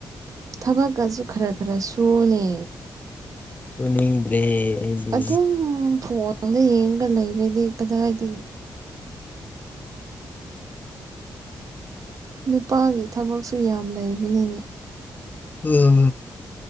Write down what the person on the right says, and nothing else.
ꯊꯕꯛꯀꯁꯨ ꯈꯔ ꯈꯔ ꯁꯨꯋꯣꯅꯦ
ꯑꯗꯨꯝ ꯐꯣꯟꯗ ꯌꯦꯡꯉꯒ ꯂꯩꯔꯗꯤ ꯀꯗꯥꯏꯗꯒꯤ ꯅꯨꯄꯥꯒꯤ ꯊꯕꯛꯁꯨ ꯌꯥꯝ ꯂꯩꯕꯅꯤꯅꯦ